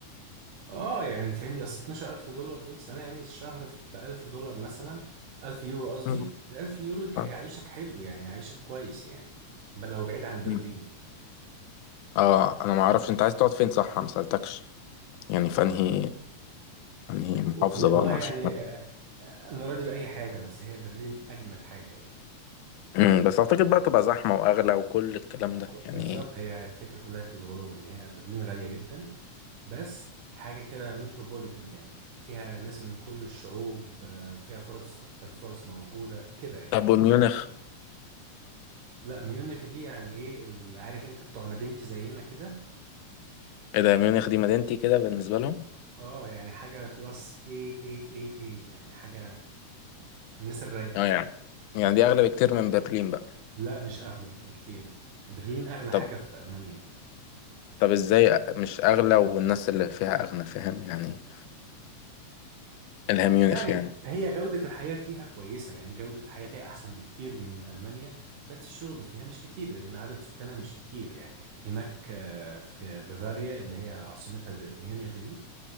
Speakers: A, on the right (about 80°); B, on the left (about 80°).
A: اه يعني فهمني اصل 12000 دولار دول سنه يعني الشهر ب 1000 دولار مثلا 1000 يورو قصدي
B: مم.
A: ال 1000 يورو يك-
B: اه
A: يعيشك حلو يعني يعيشك كويس يعني بل لو بعيد عن برلين
B: مم. آه، انا ما اعرفش انت عايز تقعد فين صح ما سالتكش يعني في انهي انهي محافظه
A: و- والله
B: بقى ما اعرفش
A: يعني آه، آه، انا راضي باي حاجه بس هي برلين اجمد حاجه يعني
B: مم، بس اعتقد بقى تبقى زحمه واغلى وكل الكلام ده
A: ك-
B: يعني
A: بالظبط هي الفكرة كلها في الغلو ان هي برلين غالية جدا بس حاجة كده متروبوليتان يعني فيها ناس من كل الشعوب آه، فيها فرص اكتر فرص موجودة كده يعني
B: طب وميونخ
A: لا ميونخ دي يعني ايه ال- عارف انت بتوع مدينتي زينا كده
B: ايه ده ميونخ دي مدينتي كده بالنسبه لهم
A: اه يعني حاجة كلاس اي اي اي اي يعني حاجة الناس الرايقة
B: اه يعني يعني دي اغلى بكتير من برلين بقى
A: لا مش اغلى بكتير برلين اغلى
B: طب
A: حاجة في المانيا
B: طب ازاي مش اغلى والناس اللي فيها اغنى فاهم يعني الهام ميونخ
A: يعني
B: يعني
A: هي جودة الحياة فيها كويسة يعني جودة الحياة فيها أحسن بكتير من ألمانيا بس الشغل فيها مش كتير لأن عدد سكانها مش كتير يعني هناك آه، في بافاريا اللي هي عاصمتها ب- ميونخ دي